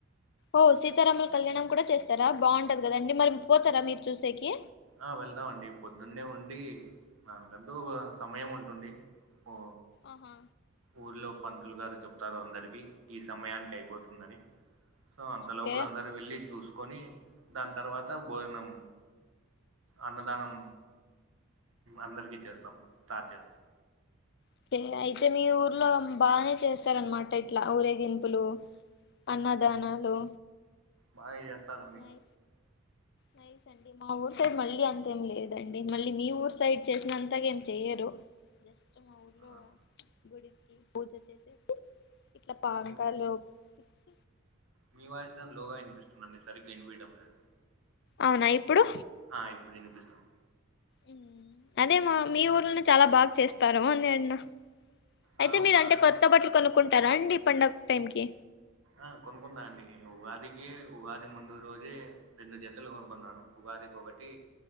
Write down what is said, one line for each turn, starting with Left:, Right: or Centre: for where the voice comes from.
Left: ఓ సీతారాముల కళ్యాణం కూడా చేస్తారా బాగుంటది కదండి మరి పోతారా మీరు చూసేకి
Right: ఆ వెళ్తామండి పొద్దున్నే ఉండి దానికంటూ ఒ సమయం ఉంటుంది ఓ
Left: ఆహా
Right: ఊర్లో పంతలు గారు చెప్తారు అందరికి ఈ సమయానికి అయిపోతుందని సో అంత
Left: ఓకే
Right: లోపల అందరు వెళ్ళి చూసుకొని దాని తర్వాత భోజనం అన్నదానం
Left: ఆహా
Right: అందరికి చేస్తాము స్టార్ట్ చేస్తాం
Left: ఓకే అయితే మీ ఊర్లో బాగానే చేస్తారనమాట ఇట్లా ఊరేగింపులు అన్నదానాలు
Right: బానే జెస్తా స్తారండి
Left: నై నైస్ అండి మా ఊరు సైడ్ మళ్ళీ అంతేం లేదండి మళ్ళీ మీ ఊరు సైడ్ చేసినంతాగ ఏం చేయ్యరు జస్ట్ మా ఊరిలో
Right: ఆ
Left: గుడికి పూజ చేసేసి ఇట్లా పానాకాలు
Right: మేము
Left: చ
Right: మీ వాయిస్ గాని లోగా వినిపిస్తుంది సరిగ్గా వినిపయడం లేదు
Left: అవునా ఇప్పుడు
Right: ఆ ఇప్పుడు వినిపిస్తుంది
Left: ఊ అదే మా మీ ఊర్నానే చాలా బాగా చేస్తారు అని అన్నా అయితే
Right: ఆ
Left: మీరు
Right: బాగానే
Left: అంటే కొత్త
Right: చేస్తారండి
Left: బట్టలు కొనుక్కుంటారా అండి పండగ టైంకి
Right: ఆ కొనుకున్నా అండి ఉగాదికి ఉగాది ముందు రోజే రెండు జతలు కొనుకున్నాను ఉగాదికి ఒకటి